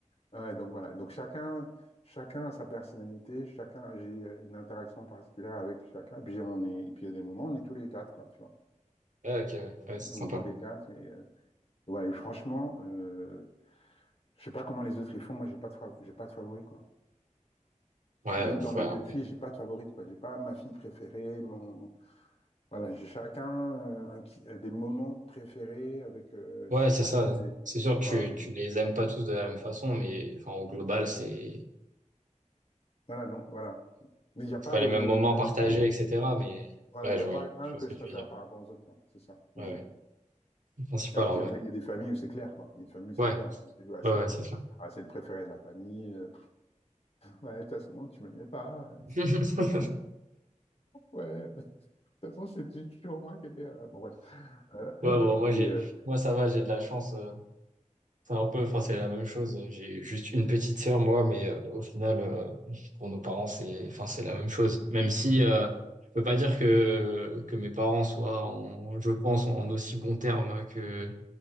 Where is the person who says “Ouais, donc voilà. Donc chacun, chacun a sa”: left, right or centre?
Left